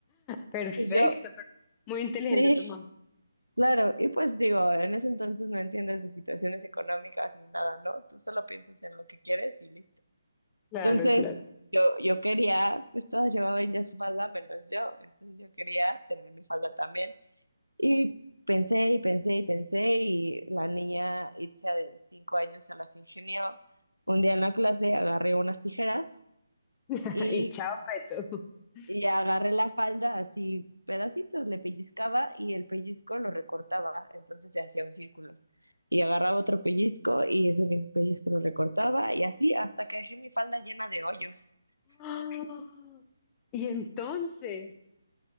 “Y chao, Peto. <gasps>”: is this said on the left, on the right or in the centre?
Left